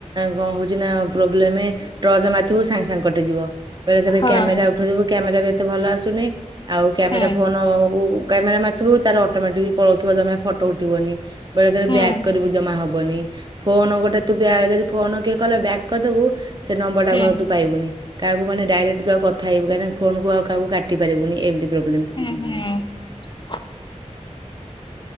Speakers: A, on the right; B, on the left.
A: କଣ ହଉଛି ନା ପ୍ରୋବ୍ଲେମେ ଟ୍ରଚ ମାଥିବୁ ସାଙ୍ଗେ ସାଙ୍ଗେ କଟିଯିବ। ବେଳେକେରେ
B: ହଁ
A: କ୍ୟାମେରା ଉଠେଇଥିବୁ କ୍ୟାମେରା ବି ଏତେ ଭଲ ଆସୁନି। ଆଉ କ୍ୟାମେରା
B: ହୁଁ
A: ଫୋନ ଉ କ୍ୟାମେରା ମାଥିବୁ ତାର ଅଟୋମେଟିକି ପଳଉଥିବ ଜମା ଫଟ ଉଠିବନି। ବେଳେକେରେ
B: ହୁଁ
A: ବ୍ୟାଗ କରିବୁ ଜମା ହବ ହବନି ଫୋନ ଗୋଟେ ତୁ ଯଦି ଫୋନ କିଏ କ ବ୍ୟାକ୍ କରିଦବୁ। ସେ ନମ୍ବର ଟାକୁ
B: ହୁଁ
A: ଆଉ ତୁ ପାଇବୁନି। କାହାକୁ ମାନେ ଡାଇରେକ୍ଟ ତ କଥା ହେବ କାହିଁକି ଫୋନକୁ ଆଉ କହାକୁ କାଟି ପାରିବନି। ଏମିତି ପ୍ରୋବ୍ଲେମ୍
B: ହୁଁ ହୁଁ।